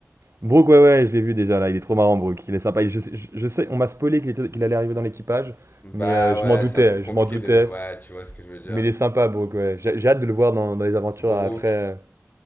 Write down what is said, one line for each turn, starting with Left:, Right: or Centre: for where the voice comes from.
Right: Brooke, ouais, ouais, je l'ai vu déjà, là. Il est trop marrant, Brooke. Il est sympa. Il- Je, sais- je- je sais, on m'a spoilé qu'il était- qu'il allait arriver dans l'équipage,
Left: Bah
Right: mais euh, je
Left: ouais,
Right: m'en doutais,
Left: c'est un peu compliqué
Right: je m'en doutais.
Left: de... Ouais, tu vois ce que je veux dire.
Right: Mais il est sympa, Brooke, ouais. J'ai j'ai hâte de le voir dans, dans les aventures
Left: Brooke,
Right: après.